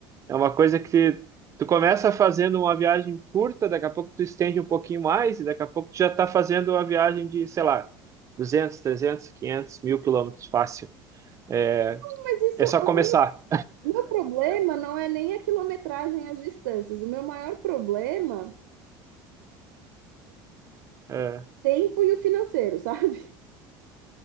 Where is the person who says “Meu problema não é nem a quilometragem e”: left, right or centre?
Right